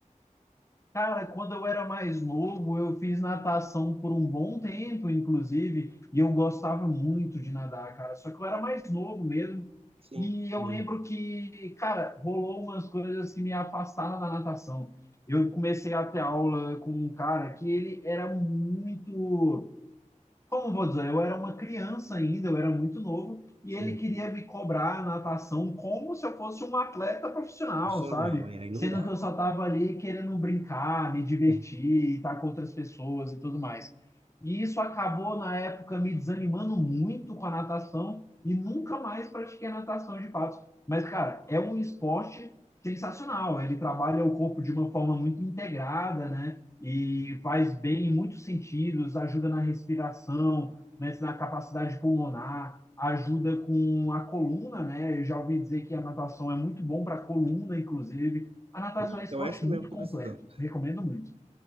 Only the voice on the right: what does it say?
Sim,
sim,
sim.
Profissional,
é, aí não
dá.
É.
Ih,
Então,
essa mesmo
que eu
tô precisando.